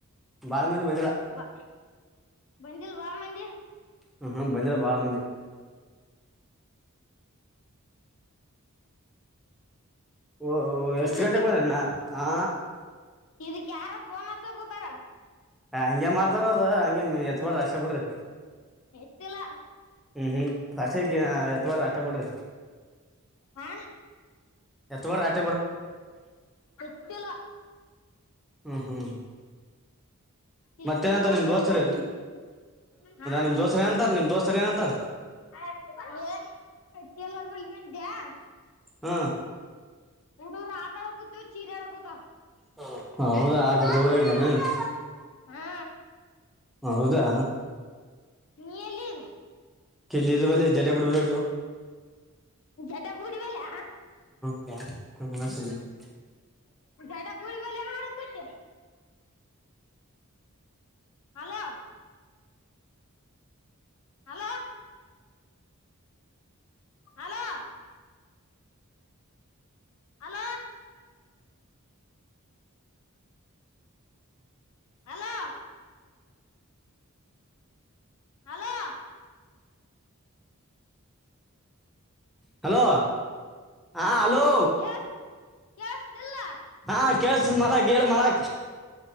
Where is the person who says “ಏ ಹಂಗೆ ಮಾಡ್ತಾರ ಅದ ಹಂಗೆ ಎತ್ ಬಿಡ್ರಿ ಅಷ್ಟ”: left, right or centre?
Centre